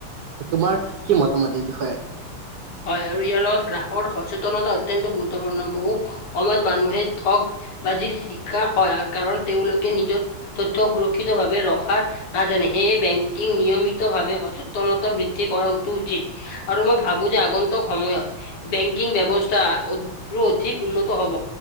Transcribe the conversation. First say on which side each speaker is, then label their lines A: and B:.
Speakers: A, on the right (about 65°); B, on the left (about 80°).
A: তোমাৰ কি মতামত এই বিষয়ে
B: হয় আৰু ইয়াৰ লগত গ্ৰাহকৰ সচেতনতা অত্যন্ত গুৰুত্বপূৰ্ণ, বহু সময়ত মানুহে ঠগ বাজিৰ চিকাৰ হয় আৰু কাৰণ তেওঁলোকে নিজৰ তথ্য সুৰক্ষিত ভাৱে ৰখা নাজানে, সেয়ে বেংকিং নিয়মিতভাৱে সচেতনতা বৃদ্ধি কৰাটো উচিত। আৰু মই ভাবো যে আগন্তক সময়ত বেংকিং ব্যৱস্থা অটো অধিক উন্নত হব।